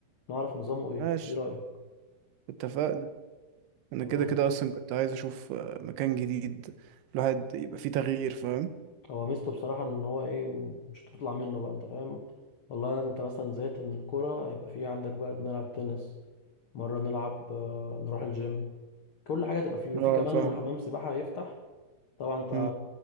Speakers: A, on the left; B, on the right.
A: نعرف نظامه ايه
B: ماشي
A: ايه رأيك
B: اتفقنا انا
A: تمام
B: كده كده اصلا كنت عايز اشوف آه، مكان جديد الواحد يبقى فيه تغيير فاهم
A: هو ميزته بصراحة ان هو ايه مش هتطلع منه بقى انت فاهم والله انت مثلا زهقت من الكورة هيبقى في عندك بقى نلعب تنس مرة نلعب آه، نروح الجيم كل حاجة تبقى فيه
B: اه
A: وفي كمان
B: فاهم
A: حمام سباحة هيفتح طبعا انت
B: مم.